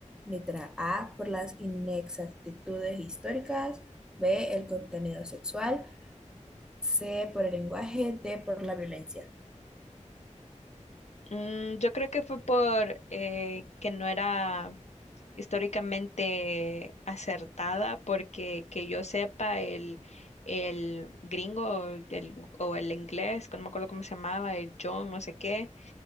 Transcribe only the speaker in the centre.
Letra A, por las inexactitudes históricas. B, el contenido sexual. C, por el lenguaje. D, por la violencia.